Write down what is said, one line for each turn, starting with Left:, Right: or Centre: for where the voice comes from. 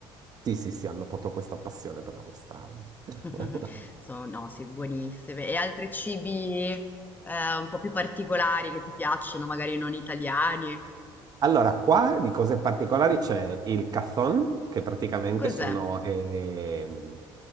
Right: sì, sì, sì, hanno proprio questa passione per la tostata. <laughs>
Left: <laughs> Sono, no, sì, buonissime. E altri cibi eh, un po' più particolari che ti piacciono, magari non italiani?
Right: Allora, qua di cose particolari c'è il cazón, che praticamente
Left: Cos'è?
Right: sono ehm,